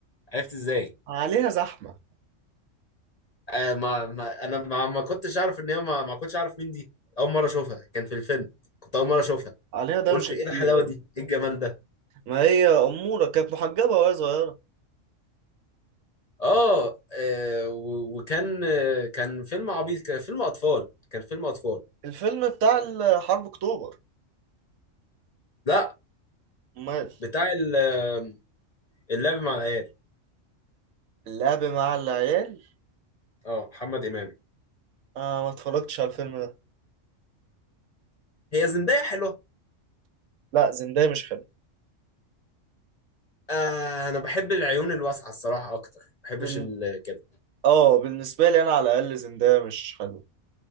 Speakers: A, on the left; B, on the right.
A: عرفت ازاي
B: عليها زحمة
A: آه ما, ما انا ما, ما كنتش اعرف ان هي ما, ما كنتش اعرف مين دي اول مره اشوفها كان في الفيلم كنت اول مره اشوفها
B: عليها دوشة
A: قلت ايه
B: كتير
A: الحلاوه
B: أوي
A: دي ايه الجمال ده
B: ما هي أمورة كانت محجبة وهي صغيرة
A: اه آه، و- وكان آه، كان فيلم عبيط كان فيلم اطفال كان فيلم اطفال
B: الفيلم بتاع ال- حرب أكتوبر
A: لا
B: أمال
A: بتاع ال- آه، اللعب مع العيال
B: اللعب مع العيال
A: اه محمد امام
B: آه ما اتفرجتش على الفيلم ده
A: هي زندايا حلوه
B: لا زندايا مش حلو
A: آه انا بحب العيون الواسعه الصراحه اكتر ما بحبش
B: بال-
A: ال- كده
B: اه بالنسبة لي أنا على الأقل زندايا مش حلو